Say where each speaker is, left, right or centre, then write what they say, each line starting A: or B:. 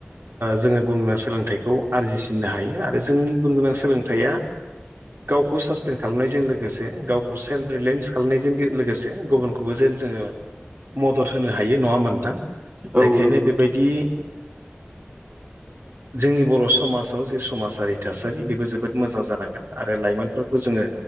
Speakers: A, on the right; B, on the right.
A: जोङो बुंनो स सोलोंथाइखौ आरजिसिननो हायो आरो जोंनि गुन गोनां सोलोंथाइया गावखौ सास्टेन खालामनायजों लोगोसे गावखौ सेल्फ रिलायन्स खालामनायजों लोगोसे गुबुनखौबो जेन जोङो मदद होनो हायो नङा होम दाखायनो
B: औ नंगौ नोंथां
A: बेबायदि जोंनि बर' समाजाव जि समाजारि थासारि बेबो जोबोद मोजां जानांगोन आरो लाइमोनफोरखौ जोङो